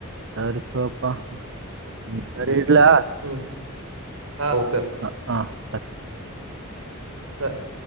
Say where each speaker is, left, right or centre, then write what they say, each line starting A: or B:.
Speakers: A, on the right (about 55°); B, on the right (about 75°).
A: ಸರಿ <unintelligible> ಸರಿ ಇಡ್ಲಾ
B: ಹ್ಮ್ ಹಾ ಓಕೆ
A: ಹಾ ಹಾ.
B: ಸರಿ.